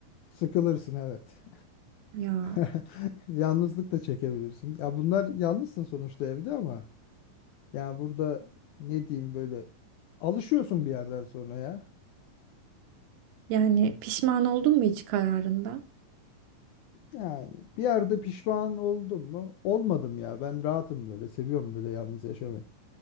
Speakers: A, on the left (about 85°); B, on the right (about 80°).
A: Sıkılırsın evet.
B: Ya.
A: <laughs> Yalnızlık da çekebilirsin. Ya bunlar yalnızsın sonuçta evde ama yani burada ne diyeyim böyle alışıyorsun bir yerden sonra ya.
B: Yani pişman oldun mu hiç kararında?
A: Yani bir yerde pişman oldum mu? Olmadım ya. Ben rahatım böyle. Seviyorum böyle yalnız yaşamayı.